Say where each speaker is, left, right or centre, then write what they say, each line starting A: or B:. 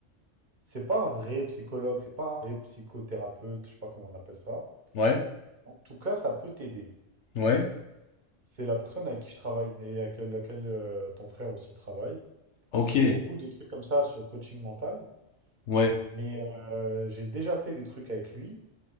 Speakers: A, on the right; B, on the left.
A: C'est pas un vrai psychologue, c'est pas un vrai psychothérapeute, je sais pas comment on appelle ça.
B: Ouais,
A: En tout cas, ça peut t'aider.
B: ouais.
A: C'est la personne avec qui je travaille et avec laquelle euh, ton frère aussi travaille,
B: Ok,
A: qui fait beaucoup de trucs comme ça sur le coaching mental.
B: ouais,
A: Mais euh, j'ai déjà fait des trucs avec lui.